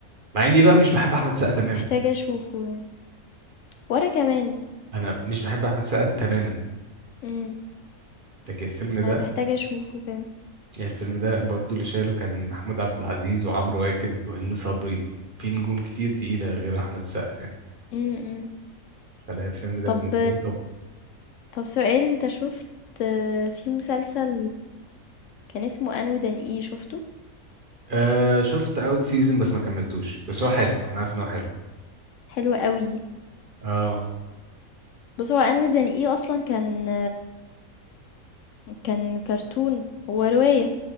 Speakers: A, on the right; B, on the left.
A: مع إني بقى مش بحب أحمد السقا تماما
B: محتاجة أشوفه يعني. وأنا كمان.
A: أنا مش بحب أحمد السقا تماما
B: إمم.
A: لكن الفيلم ده
B: أنا محتاجة أشوفه كده.
A: يعني الفيلم ده برضو اللي شايله كان محمود عبد العزيز وعمرو واكد وهند صبري في نجوم كتير تقيلة غير أحمد سقا يعني.
B: إمم، إمم.
A: فلا الفيلم ده
B: طب
A: بالنسبة لي طب
B: طب سؤال انت شفت في مسلسل كان اسمه انو دان اي شفته
A: آه شفت أول سيزون بس ما كملتوش بس هو حلو أنا عارف إن هو حلو
B: حلو قوي
A: اه
B: بص هو انو دان اي اصلا كان كان كرتون هو رواية